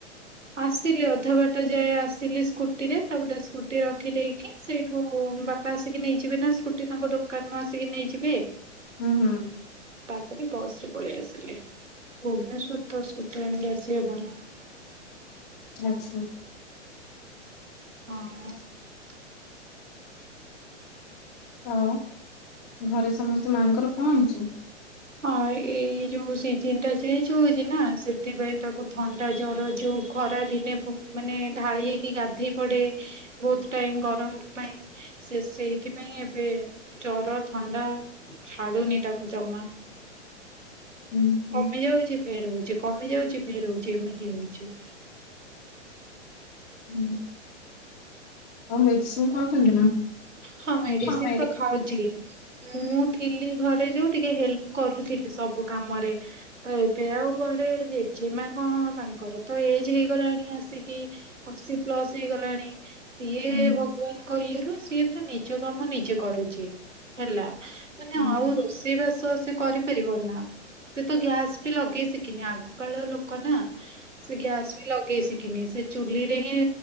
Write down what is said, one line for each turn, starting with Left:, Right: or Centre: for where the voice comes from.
Right: ଆସିଲି ଅ ରଧ ବାଟ ଯାଏ ଆସିଲି ସ୍କୁଟିରେ ତାପଟେ ସ୍କୁଟି ରଖିଦେଇକି ସେଇଠୁ ବାପା ଆସିକି ନେଇ ଯିବେ ତା ସ୍କୁଟି ତାଙ୍କ ଦୋକାନରୁ ଆସିକି ନେଇଯିବେ।
Left: ହୁଁ ହୁଁ
Right: ତାପରେ ବସ୍ ରେ ପଳେଇ ଆସିଲି ଭୁବନେଶ୍ଵର ତ ସ୍କୁଟି ଆଣିକି ଆସିହବ ନା?
Left: ଆଚ୍ଛା।
Right: ହଁ।
Left: ଆଉ ଘରେ ସମସ୍ତେ ମାଙ୍କର କଣ ହେଇଛି?
Right: ଏଇ ଯୋଉ ସିଜନ ଟା ଚେଞ୍ଜ ହଉଛି ନା ସେଥିପାଇଁ ତାକୁ ଥଣ୍ଡା ଜର ଯୋଉ ଖରା ଦିନେ ମାନେ ଢାଳି ହେଇକି ଗାଧେଇ ପଡେ ବହୁତ ଟାଇମ ଗରମ ପାଇଁ ସେ ସେଇଥିପାଇଁ ଏବେ ଜର ଥଣ୍ଡା ଛାଡୁନି ତାକୁ। ଜମା।
Left: ହୁଁ ହୁଁ
Right: କମି ଯାଉଛି ଫେର ହଉଛି। କମି ଯାଉଛି ଫେର ହଉଛି ଏମିତି ହଉଛି।
Left: ହଁ ଆଉ ମେଡିସିନି ଖାଉଛନ୍ତି ନା।
Right: ହଁ ଭାଇ ମେଡିସିନି
Left: ସମୟରେ
Right: ତ ଖାଉଛି। ମୁଁ ଥିଲି ଘରେ ଯୋଉ ଟିକେ ହେଲ୍ପ କରୁଥିଲି ସବୁ କାମରେ ତ ଏବେ ଆଉ ଘରେ ଜେଜେମା କଣ ତାଙ୍କର ତ କଣ ହେଇଗଲାଣି ଆସିକି ଅଶି ପ୍ଲସ ହେଇଗଲାଣି ସିଏ
Left: ହୁଁ
Right: ଭଗବାନଙ୍କ ଇଏରୁ ସିଏ ନିଜ କାମ ନିଜେ କରୁଛି ହେଲା। ମାନେ
Left: ହୁଁ
Right: ଆଉ
Left: ହୁଁ।
Right: ରୋଷେଇ ବାସ ସେ କରିପାରିବ ନା ସେ ତ ଗ୍ୟାସ୍ ବି ଲଗେଇ ଶିଖିନି ଆଗ କାଳ ଲୋକ ନା ସେ ଗ୍ୟାସ ବି ଲଗେଇ ଶିଖିନି ସେ ଚୁଲିରେ ହିଁ